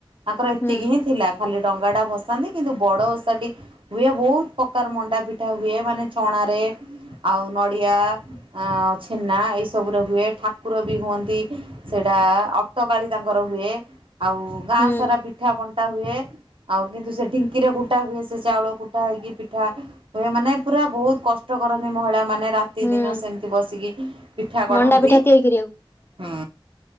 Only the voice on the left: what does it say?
ହୁଁ
ହୁଁ
ହୁଁ
ମଣ୍ଡା ପିଠା ତିଆରି କରିବାକୁ